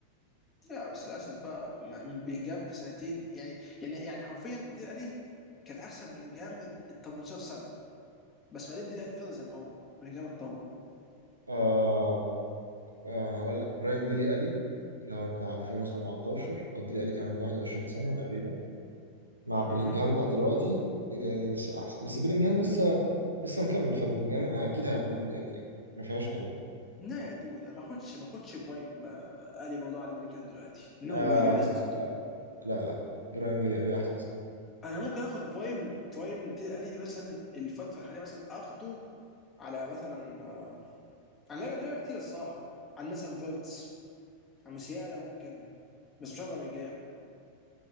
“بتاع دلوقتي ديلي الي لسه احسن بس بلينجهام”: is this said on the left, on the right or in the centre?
Right